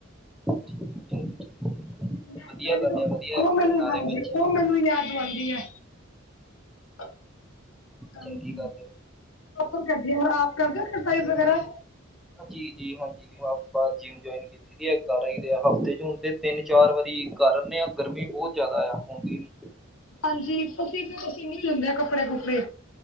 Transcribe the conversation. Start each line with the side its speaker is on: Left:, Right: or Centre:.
Centre: ਠੀਕ ਹੈ ਜੀ,
Left: ਜੀ
Centre: ਵਧੀਆ
Left: ਮੈਂ
Centre: ਗੱਲ ਹੈ ਵਧੀਆ
Left: ਓ ਮੈਨੂੰ
Centre: ਹੈ, ਨਾਲੇ
Left: ਹਾਂਜੀ
Centre: ਬੱਚੇ
Left: ਓ ਮੈਨੂੰ ਯਾਦ ਦਵਾਂਦੀ ਐ ਹਾਂਜੀ।
Centre: ਚੰਗੀ ਗੱਲ ਹੈ
Left: ਓ ਆਪ ਕਰਦੀ ਐ ਅਗਰ ਆਪ ਕਰਦੇ ਓ ਐਕਸਰਸਾਈਜ਼ ਵਗੈਰਾ
Centre: ਜੀ-ਜੀ ਹਾਂਜੀ ਆਪਾਂ ਜਿਮ ਜੁਆਇਨ ਕੀ ਦੀਦੀ ਐ ਕਰ ਆਈ ਦੇ ਆ ਹਫ਼ਤੇ ਚ ਹੁਨ ਤੇ ਤਿੰਨ ਚਾਰ ਵਾਰੀ ਕਰ ਆਨੇ ਆ ਗਰਮੀ ਬੋਤ ਜ਼ਾਦਾ ਆ ਹੁੰਦੀ ਨੀ।
Left: ਹਾਂਜੀ ਪਸੀਨੇ-ਪਸੀਨੇ ਹੁੰਦੇ ਆ ਕੱਪੜੇ ਕੁੱਪੜੇ।